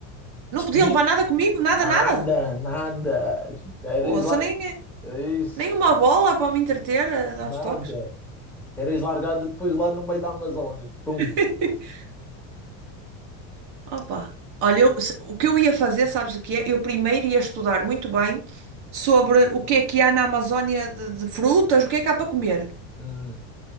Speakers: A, on the right (about 60°); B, in the centre.
A: Não
B: Despedi
A: podia levar nada comigo, nada,
B: nada,
A: nada.
B: nada. Eras
A: Ouça,
B: lar...
A: nem,
B: Isso,
A: nem uma bola para me entreter, a dar
B: nada.
A: uns toques.
B: Eras largado depois lá no meio da Amazónia. Pum.
A: <laughs> Opa, olha, eu- se- o que eu ia fazer, sabes o que é? Eu primeiro ia estudar muito bem sobre o que é que há na Amazónia de, de frutas, o que é que há para comer.
B: Hum.